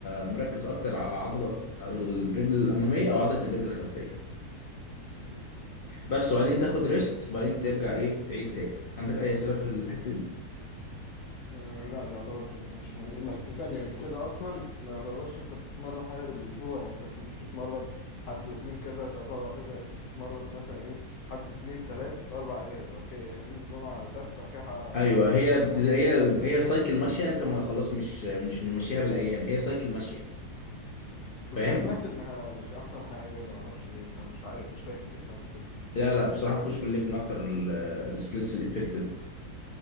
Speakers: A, on the left; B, on the left.
A: مركز اكتر على عضلة الرجل الامامية او عضلة الرجل الخلفية
B: مم.
A: بس وبعدين تاخد ريست وبعدين ترجع ايه تعيد تاني عندك اي اسئلة في الحتة دي
B: أه لا يعتبر فهمتهاش يعني. بس ثانية انت كده اصلا ما يعتبرش انت بتتمرن حاجة بالاسبوع يعني انت مثلا مش بتتمرن حد واتنين كذا تلاتة اربعة كذا لا، انت بتتمرن مثلا ايه حد اتنين تلات اربع اجازة بعد كده خميس جمعة سبت بعد كده ح-
A: ايوه
B: حد اجازة
A: هي بت-
B: صح؟
A: هي هي سايكل ماشيه انت ما خلاص مش مش ممشيها بالايام هي سايكل ماشيه
B: م- م.
A: فاهم
B: بس انا سمعت انها مش احسن حاجة ما اعرفش ليه أنا مش عارف مش فاكر اللي سمعت كده
A: لا لا بصراحه بوش بول ليج من اكتر ال- السبليتس الافكتيف